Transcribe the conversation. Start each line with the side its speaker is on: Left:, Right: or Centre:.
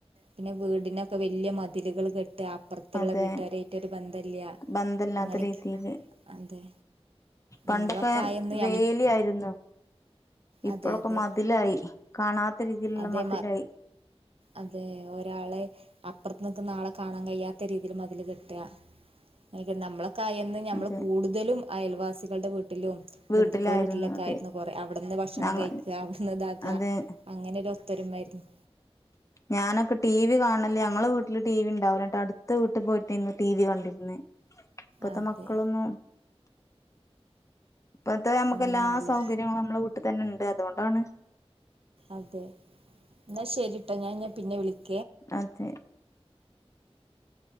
Right: പിന്നെ വീടിനൊക്കെ വേ വെല്യ മതിലുകള് കെട്ടാ അപ്പറത്ത്ള്ള
Left: അതെ
Right: വീട്ടാരായിട്ടൊരു ബന്ധല്ല്യാ
Left: ബന്ധല്ലാത്ത
Right: അങ്ങനെക്കെ
Left: രീതിയില്
Right: അതെ
Left: പണ്ടൊക്കെ
Right: നമ്മളൊക്കെ ആയെന്ന്
Left: വേലിയായിരുന്നു ഇപ്പോഴൊക്കെ
Right: അതെ അതെ
Left: മതിലായി കാണാത്ത രീതിയിലുള്ള
Right: അതെ
Left: മതിലായി
Right: അതെ ഒരാളെ അപ്പ്റത്ത് നിക്കുന്ന ആളെ കാണാൻ കയിയാത്ത രീതില് മതില് കെട്ട്കാ ഏയ്ക് നമ്മള് കായെന്നും ഞമ്മള്
Left: അതെ
Right: കൂടുതലും അയൽവാസികൾടെ വീട്ടിലും
Left: വീട്ടിലായിരുന്നു
Right: ബന്ധുക്കളെ വീട്ടിലൊക്കെ
Left: അതെ
Right: ആയിരുന്നു കൊറെ അവിട്ന്ന് ഭക്ഷണം
Left: ഞങ്ങ
Right: കഴിക്കാ അവിടുന്ന്താക്കാ
Left: അതെ
Right: അങ്ങനൊരു തര്മായിരുന്ന്
Left: ഞാനൊക്കെ ടീവി കാണല് ഞങ്ങളെ വീട്ടില് ടീവീണ്ടാവല്ട്ടാ അടുത്ത വീട്ടി പോയിട്ടാരുന്നു ടീവി കണ്ടിരുന്നെ ഇപ്പത്തെ
Right: അതെ
Left: മക്കളൊന്നും ഇപ്പത്തെഅമക്
Right: അങ്ങനെയാണല്ലോ
Left: എല്ലാ സൗകര്യങ്ങളും മ്മ്ളെ വീട്ടിത്തന്നേണ്ട് അതുകൊണ്ടാണ്
Right: അതെ ന്നാശെരിട്ടോ ഞാൻ ന്നാ പിന്നെ വിളി
Left: അതെ